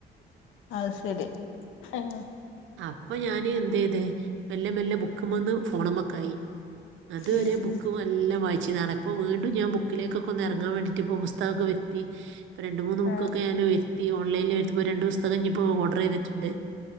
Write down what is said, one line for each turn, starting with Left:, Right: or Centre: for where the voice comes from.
Left: അത് ശരി ആഹ്
Right: അപ്പൊ ഞാന് എന്തെയ്ത് വല്ല മെല്ലെ ബുക്കുമെന്ന് ഫോണമെ ക്കയി അത് വരേ
Left: ഉം
Right: ബുക്ക്
Left: ഉം
Right: നല്ല വായി ച്ച് നടപ്പ്‌ വീണ്ടും ഞാൻ ബുക്കിലേക്ക് ഒക്കെ ഒന്ന് ഇറങ്ങൻ വേണ്ടിയിട്ട ഇപ്പൊ പുസ്തകൊക്കെ വെരുത്തി രണ്ട് മൂന്ന് ബുക്ക്‌
Left: ആ
Right: ഒക്കെ ഞൻ വരുത്തി ഓൺലൈൻ വരൂ ഇപ്പോ രണ്ട് പുസ്തകം ഇനി ഇപ്പോ ഓർഡർ ചെയ്തിട്ടുണ്ട്.